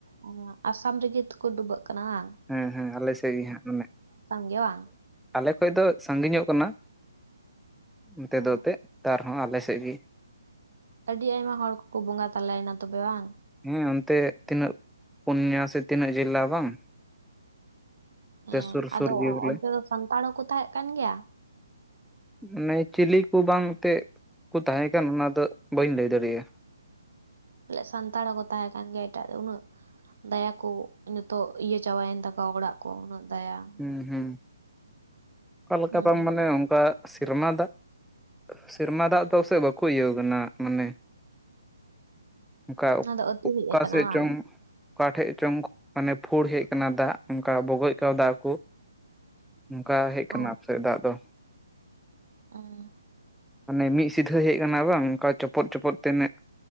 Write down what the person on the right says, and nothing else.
ᱚ ᱟᱥᱟᱢ ᱨᱮᱜᱮ ᱛᱮᱠᱚ ᱰᱩᱵᱟᱹᱜ ᱠᱟᱱᱟ ᱦᱟᱝ᱾
ᱜᱮ ᱵᱟᱝ?
ᱚ
ᱟᱹᱰᱤ ᱟᱭᱢᱟ ᱦᱚᱲ ᱠᱚᱠᱚ ᱵᱚᱸᱜᱟ ᱛᱟᱞᱟᱭᱮᱱᱟ ᱛᱚᱵᱮ ᱵᱟᱝ?
ᱦᱮᱸ
ᱟᱫᱚ
ᱚᱱᱛᱮ ᱫᱚ ᱥᱟᱱᱛᱟᱲ ᱦᱚᱸᱠᱚ ᱛᱟᱦᱮᱸᱜ ᱠᱟᱱ ᱜᱮᱭᱟ?
ᱞᱮᱜ ᱥᱟᱱᱛᱟᱲ ᱦᱚᱸᱠᱚ ᱛᱟᱦᱮᱸ ᱠᱟᱱ ᱜᱮᱭᱟ ᱮᱴᱟᱜ ᱫᱚ ᱩᱱᱟᱹᱜ ᱫᱟᱭᱟ ᱠᱚ ᱱᱤᱛᱚᱜ ᱤᱭᱟᱹ ᱪᱟᱵᱟᱭᱮᱱ ᱛᱟᱠᱚᱣᱟ ᱚᱲᱟᱜ ᱠᱚ ᱩᱱᱟᱹᱜ ᱫᱟᱭᱟ ᱾
ᱦᱩᱸ
ᱚᱱᱟ ᱫᱚ ᱟᱹᱛᱩ
ᱦᱮᱡ ᱟᱠᱟᱱᱟ
ᱵᱟᱝ
ᱚ
ᱚ᱾